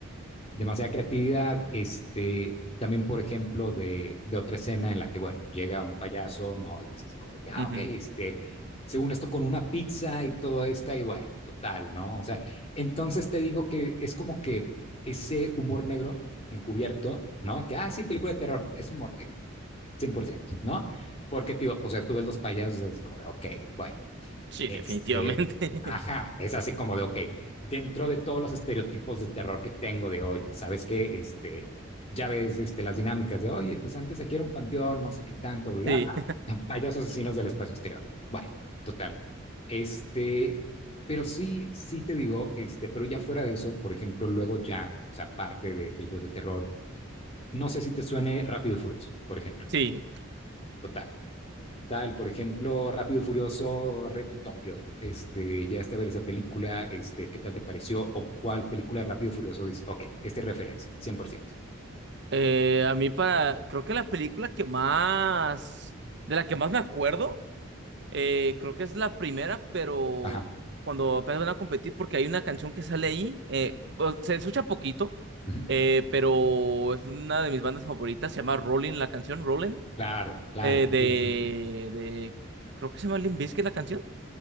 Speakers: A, on the left (about 30°); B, on the right (about 55°).
A: demasiada creatividad, este, también, por ejemplo, de, de, otra escena en la que, bueno, llega un payaso, no, y es como de que, ah,
B: ujú.
A: ok, este, según esto, con una pizza y todo esto, y bueno, total, ¿no? O sea, entonces te digo que es como que ese humor negro encubierto, ¿no? Que, ah, sí, película de terror, es humor negro, cien por ciento ¿no? Porque, tío o sea, tú ves los payasos y es así como de, ok, bueno,
B: Sí,
A: este,
B: definitivamente.
A: ajá,
B: <laughs>
A: es así como de, ok, dentro de todos los estereotipos de terror que tengo de, oye, ¿sabes qué? Este, ya ves este, las dinámicas de, oye, pues antes aquí era un panteón, no sé qué tanto, bla, bla,
B: Sí,
A: ah, <laughs> payasos asesinos del espacio exterior. Bueno, total. Este, pero sí, sí te digo, este, pero ya fuera de eso, por ejemplo, luego ya, o sea, parte de películas de terror, no sé si te suene Rápido y Furioso, por ejemplo.
B: <laughs> sí.
A: Total. Total, por ejemplo, Rápido y Furioso, Reto Tokio. Este, ya está a ver esa película, este, ¿qué tal te pareció? ¿O cuál película de Rápido y Furioso dices, ok, esta es referencia, cien por ciento.
B: Eh, a mí para, creo que la película que más, de la que más me acuerdo, eh, creo que es la primera, pero
A: Ajá.
B: cuando apenas van a competir, porque hay una canción que sale ahí, eh, o- se escucha poquito,
A: ujú.
B: eh, pero es una de mis bandas favoritas, se llama Rolling, la canción Rolling,
A: Claro, claro.
B: eh, de,
A: Sí, sí, sí.
B: de, creo que se llama Limp Bizkit la canción,